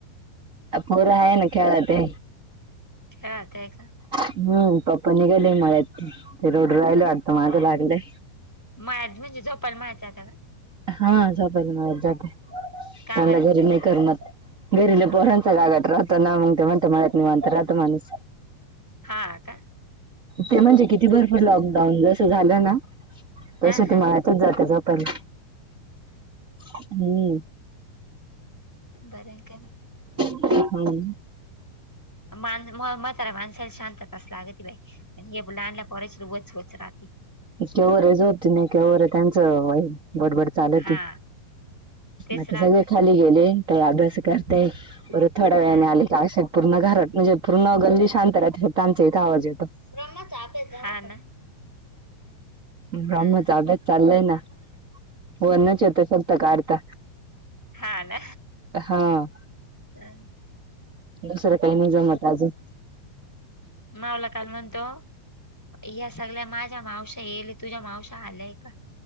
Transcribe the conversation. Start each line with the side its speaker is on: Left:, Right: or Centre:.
Right: पोरं आहेत ना खेळायत्या.
Centre: काय होतंय? का
Right: हम्म पप्पा निघाले मळ्यात, रडू राहिलं वाटतं माग लागलंय.
Centre: मळ्यात म्हणजे झोपायला मळ्यात जातात का?
Right: हां <unintelligible> मळ्यात जात्यात,
Centre: का
Right: त्याणला
Centre: बरं
Right: घरी नाही करमत. घरी लई पोरांचा गागाट राहतो ना. मग ते म्हणतात मळ्यात निवांत राहतो माणूस.
Centre: हा का
Right: ते म्हणजे किती भरपूर? लॉकडाऊन जसं झालं ना तशे
Centre: हा हा
Right: ते माळ्यातच जाता झोपयला. हम्म.
Centre: बरंय का ना?
Right: हम्.
Centre: माण म्हताऱ्या माणसाला शांतताच लागती बाई. अन हे लहानल्या पोरांची वच वच राहती.
Right: केवरहि झोपती नाही, केवरही त्यांचं व्हय गडबड चालती.
Centre: हा तेच
Right: आता
Centre: राहतय
Right: सगळे खाली गेले काही अभ्यासं करताय. बरं थोड्या वेळाने
Centre: हा
Right: आले
Centre: हा
Right: का अशा पूर्ण घरात म्हणजे पूर्ण गल्ली शांत राहते. फक्त आमच्या इथं आवाज येतो.
Centre: ब्रम्हचा अभ्यास झाला का? हा ना.
Right: ब्रह्मचा
Centre: हा
Right: अभ्यास चाललाय ना. हो ना जते फक्त काढता.
Centre: हा ना.
Right: हा
Centre: हम्म.
Right: दुसरं काही नाही जमत आजून.
Centre: मावला काल म्हणतो. या सगळ्या माझ्या मावश्या येयेल. तुझ्या मावशा आल्याय का?